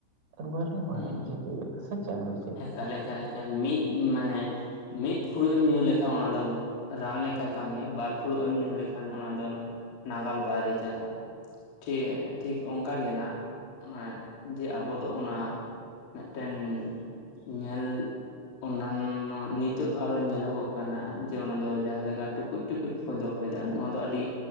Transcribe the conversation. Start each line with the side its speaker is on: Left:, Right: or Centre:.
Right: ᱮᱠᱵᱟᱨᱮ ᱵᱟᱹᱲᱤᱡ
Left: ᱦᱩᱸ
Right: ᱜᱮ ᱦᱩᱭᱩᱜᱼᱟ ᱥᱮ ᱪᱮᱫ ᱮᱢ ᱞᱟᱹᱭᱟ?
Left: ᱮᱠᱟᱞ ᱮᱠᱟᱞ ᱮᱠᱟᱞ ᱢᱤᱫ ᱢᱟᱱᱮ ᱢᱤᱫ ᱯᱷᱩᱲᱩᱜ ᱮᱢ ᱧᱩ ᱞᱮᱠᱷᱟᱱ ᱚᱱᱟ ᱫᱚ ᱨᱟᱱ ᱞᱮᱠᱟᱭ ᱠᱟᱹᱢᱤᱭᱟ ᱵᱟᱨ ᱯᱷᱩᱲᱩᱜ ᱮᱢ ᱧᱩ ᱞᱮᱠᱷᱟᱱ ᱚᱱᱟ ᱫᱚ ᱱᱟᱜᱟᱞ ᱵᱟᱭᱨᱮᱭ ᱪᱟᱞᱟᱜᱼᱟ ᱾ ᱴᱷᱤᱠ ᱴᱷᱤᱠ ᱚᱱᱠᱟ ᱜᱮ ᱱᱟᱜ ᱮ ᱡᱮ ᱟᱵᱚ ᱫᱚ ᱚᱱᱟ ᱢᱤᱫᱴᱮᱱ ᱧᱮᱞ ᱚᱱᱱᱟᱱᱚ ᱱᱤᱛᱚᱜ ᱟᱨᱚ ᱧᱮᱞᱚᱜᱚᱜ ᱠᱟᱱᱟ ᱡᱮ ᱚᱱᱟ ᱫᱚ ᱡᱟᱦᱟᱸᱮᱠᱟ ᱴᱩᱠᱩᱡ ᱞᱩᱠᱩᱡ ᱠᱚ ᱫᱚᱦᱚᱭᱮᱫᱟ ᱱᱚᱣᱟ ᱫᱚ ᱟᱹᱰᱤ